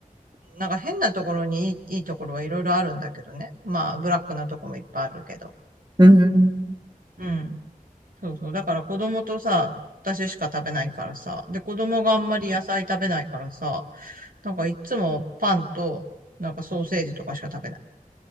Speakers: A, on the right (about 75°); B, on the right (about 30°).
A: なんか変なところにいい、いいところはいろいろあるんだけどね。まあ、ブラックなとこもいっぱいあるけど。
B: うん。うん
A: うん。そうそう。だから子供とさ、私しか食べないからさ。で、子供があんまり野菜食べないからさ、なんかいつもパンと、なんかソーセージとかしか食べない。